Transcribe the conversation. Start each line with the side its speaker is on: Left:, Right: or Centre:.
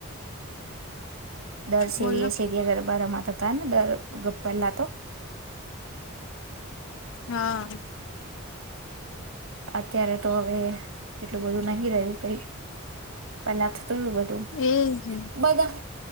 Right: દર શેરી
Left: બોલો
Right: એ શેરી ગરબા રમવાનું. નેર <unintelligible> પેલા તો
Left: હા.
Right: અત્યારે તો હવે. એટલું બધું નહી રહ્યું કઈ પેલા થતું શું બધું
Left: એજ
Right: બધા